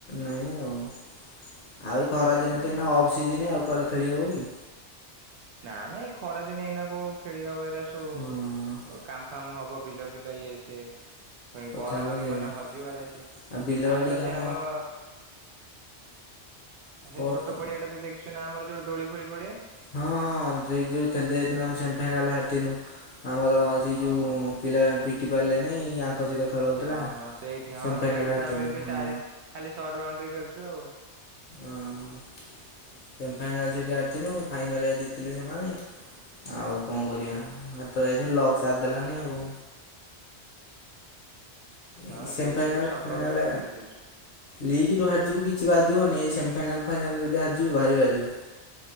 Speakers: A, on the left; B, on the right.
A: ନାଇଁ, ଆଉ। ଆଉ ଖରାଦିନେ
B: ହୁଁ।
A: ତ ଏଇନା Off season. ଆଉ କୁଆଡେ ଖେଳି ହବ କି?
B: ନାଁ ମ ଏ ଖରାଦିନ ଏଇନା କୋଉ ଖେଳି ହେବ? ଏଗୁରା ସବୁ
A: ହଁ
B: କା କାମ ହବ ବିିଲ ଫିଲ ଇଏ ସଏ। ପୁଣି
A: କଥା
B: ବଲ୍
A: ହେଲା
B: ମାରିବୁ
A: ସେଇଆ
B: ମାନେ ହଜିବ ଏରା ସିଏ।
A: ଆଉ ବିଲ
B: ଆମେ
A: ବାଡ଼ି
B: ତ
A: କାମ
B: ସେ ଆମ ଆ ସେ
A: କ
B: ଛୋଟ
A: କ
B: ପଡିଆଟା ତ ଦେଖିଚୁ ନା ଆମର ଯୋଉ ଦୋଳି ଫୋଳି ପଡେ।
A: ହଁ ହଁ, ଯେ ଯଉ ଖେଳ୍ତେ ଯାଇଥିନୁ ଆମେ ସେମିଫାଇନାଲ ହାରିଥିନୁ। ଆମର ସେ
B: ହଁ
A: ଯୋଉ
B: ହଁ।
A: ପିଲା ପିଟି ପାରିଲେ ନାଇ। ଆଙ୍କ ସହିତ ଖେଳ ହଉଥିଲା।
B: ହଁ ହଁ ସେଇଠି ହଁ,
A: ସେମିଫାଇନାଲ୍
B: ସେଇଠି
A: ହାରିଥିନୁ
B: ତ ଆମେ ଏବେ
A: ହଁ
B: ଚାରି ଖାଲି ସର୍ଟ ବାଉଣ୍ଡରି ଖେଳଛୁ ଆଉ।
A: ଓହୋ ସେମିଫାଇନାଲ୍ ସେଇଠି ହାରିଥିନୁ। ଫାଇନାଲରେ ଜିତିଲେ ସେମାନେ। ଆଉ କଣ କରିବା? ହାରି ତ ଯାଇଥିଲୁ ଲକ୍ ସାଥ୍ ଦେଲାନି ଆଉ।
B: ହଁ
A: ଏଇ ସେମ୍
B: ସେଇଠି
A: ଫାଇନାଲ,
B: ଏବେ ସର୍ଟ
A: ଫାଇନାଲ
B: ବାଉଣ୍ଡ୍ରି ପକେଇ ଦେଇଛୁ
A: ଲିଗ୍ ରୁ ହାରିଯିବୁ କିଛି ବାଧିବନି। ଏଇ ସେମିଫାଇନାଲ, ଫାଇନାଲ ଯଦି ହାରଯିବୁ ଭାରି ବାଧିବ।